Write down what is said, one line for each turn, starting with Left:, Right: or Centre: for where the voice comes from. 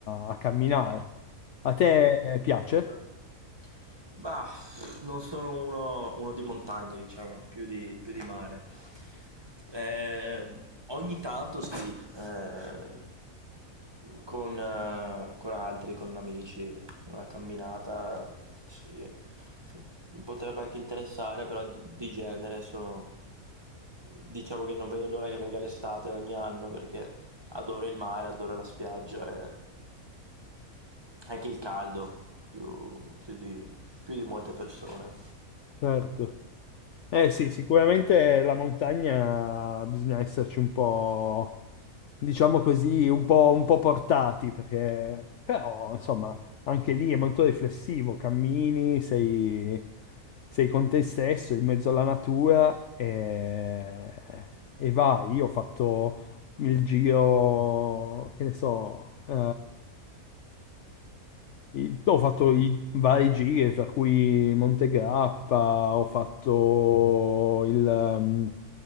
Left: a camminare. A te
Right: Sì, certo.
Left: piace?
Right: Bah, non sono uno, uno di montagna, diciamo, più di, più di mare. Eh, ogni tanto sì, eh, con, eh, con altri, con amici, una camminata, sì, mi potrebbe anche interessare, però di, di genere sono... Diciamo che non vedo l'ora che venga l'estate ogni anno perché adoro il mare, adoro la spiaggia e anche il caldo, più, più di, più di molte persone.
Left: Certo. Eh sì, sicuramente la montagna bisogna esserci un po', diciamo così, un po', un po' portati, perché però, insomma, anche lì è molto riflessivo, cammini, sei, sei con te stesso, in mezzo alla natura e, e vai. Io ho fatto il giro, che ne so, eh, I- Ho fatto i varie gite, fra cui Monte Grappa, ho fatto il, ehm,